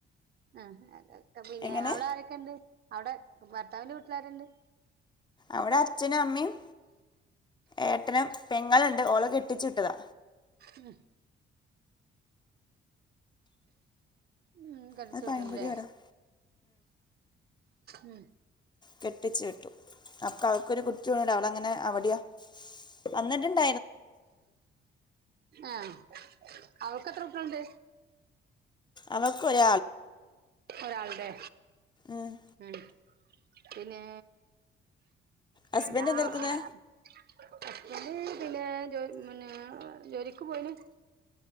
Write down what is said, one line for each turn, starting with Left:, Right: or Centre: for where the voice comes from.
Right: ആ അതൊക്കെ പിന്നെ
Left: എങ്ങനെ
Right: അവിടെ ആരൊക്കെ ഉണ്ട് അവിടെ ഭർത്താവിന്റെ വീട്ടിലാരുണ്ട്
Left: അവിടെ അച്ഛനും അമ്മയും ഏട്ടനും പെങ്ങളുണ്ട് ഓള കെട്ടിച്ചിട്ടതാ
Right: ഉം ഉം കെടിച്ചിട്ടു
Left: അത് പഴംപൊരി
Right: വിട്ടാല്ലേ
Left: വരാം
Right: ഉം
Left: കെട്ടിച്ചു വിട്ടു അപ്പൊ അവക്കൊരു കുച്ച്ണ്ട് അപ്പൊ അവള അങ്ങനെ അവിടെയാ വന്നിട്ടുണ്ട
Right: ഉം അവക്ക് എത്ര കുട്ടികളുണ്ട്
Left: അവൾക്കൊരാ
Right: ഒരാൾടെ
Left: ആഹ്
Right: ആണ് പിന്നെ
Left: ഹസ്ബൻഡ്
Right: ഞാ
Left: എന്തെടുക്കുന്നെ
Right: ഹസ്ബൻഡ് പിന്നെ ജോലി പിന്നെ ജോലിക്ക് പോയിന്